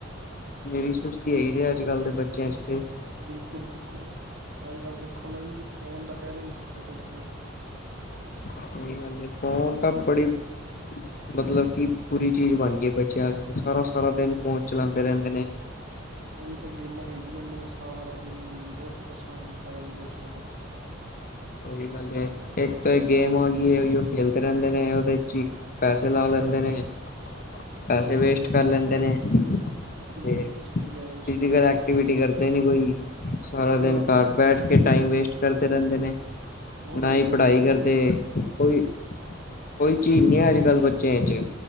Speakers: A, on the left; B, on the right.
A: ਮੇਰੀ ਸੁਸਤੀ ਆ ਦੀ ਏ ਅੱਜ ਕੱਲ੍ਹ ਦੇ ਬੱਚਿਆਂ ਚ ਤੇ।
B: ਬਿਲਕੁਲ ਬਿਲਕੁਲ ਅੱਜ ਕੱਲ ਦੇਖੋ ਨਾ ਜੀ ਫੋਨ ਦਾ ਖੈੜਾ ਨੀ ਛੱਡਦੇ ਬੱਚੇ
A: ਸਹੀ ਗੱਲ ਹੈ, ਫੋਨ ਤਾਂ ਬੜੀ ਮਤਲਬ ਕਿ ਬੁਰੀ ਚੀਜ਼ ਬਣ ਗਈਏ ਬੱਚਿਆਂ ਆਸਤੇ ਸਾਰਾ ਸਾਰਾ ਦਿਨ ਫੋਨ ਚਲਾਂਦੇ ਰਹਿੰਦੇ ਨੇ
B: ਉਹੀ ਤੇ ਗੇਮਾਂ ਖੇਡੀ ਜਾਂਦੇ ਨੇ ਸਾਰਾ ਸਾਰਾ ਦਿਨ ਬਹੁਤ ਪਰੇਸ਼ਾਨ ਕੀਤਾ ਦਾ ਜੀ ਬੱਚਿਆਂ ਨੇ।
A: ਸਹੀ ਗੱਲ ਤੋਂ ਇਕ ਤੇ ਗੇਮ ਆ ਗਈ ਏ ਉਹ ਖੇਲਦੇ ਰਹਿੰਦੇ ਨੇ ਉਹਦੇ ਚ ਹੀ ਪੈਸੇ ਲਾ ਲੈਂਦੇ ਨੇ ਪੈਸੇ ਵੇਸਟ
B: ਸਹੀ
A: ਕਰ ਲੈਂਦੇ
B: ਹੈ
A: ਨੇ।
B: ਬਿਲਕੁਲ
A: ਫਿਜ਼ੀਕਲ
B: ਬਿਲਕੁਲ ਸਹੀ ਕਹਿ ਰਹੇ ਹੋ ਤੁਸੀਂ
A: ਐਕਟੀਵਿਟੀ ਕਰਦੇ ਨੀ ਕੋਈ ਸਾਰਾ
B: ਨਾ
A: ਦਿਨ
B: ਜੀ
A: ਘਰ ਬੈਠ ਕੇ ਟਾਈਮ ਵੇਸਟ ਕਰਦੇ ਰਹਿੰਦੇ ਨੇ।
B: ਬਹੁਤ
A: ਨਾ
B: ਬੁਰਾ
A: ਹੀ ਪੜ੍ਹਾਈ
B: ਹਾਲ ਹੈ ਜੀ
A: ਕਰਦੇ ਕੋਈ ਕੋਈ ਚੀਜ਼ ਨਹੀਂ ਹੈ ਅੱਜ ਕੱਲ ਬੱਚਿਆਂ ਚ।